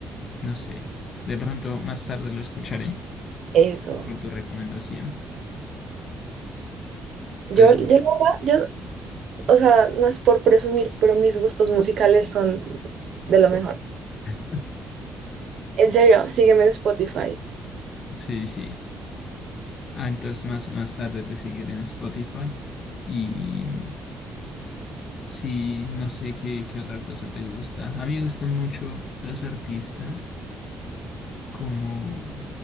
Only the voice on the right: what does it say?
Eso.
Yo,
yo, la verdad, yo, o sea, no es por presumir, pero mis gustos musicales son de lo mejor.
En serio, sígueme en Spotify.